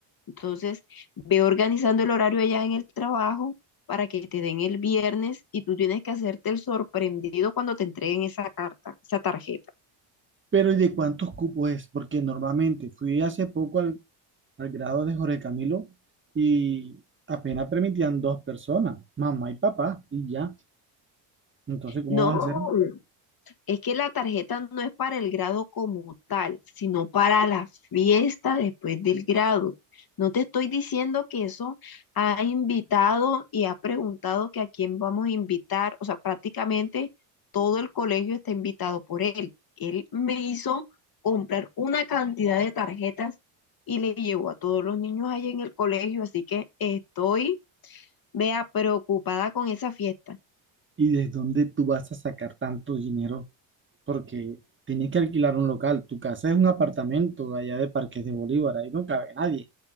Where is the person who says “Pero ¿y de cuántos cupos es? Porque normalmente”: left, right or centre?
Right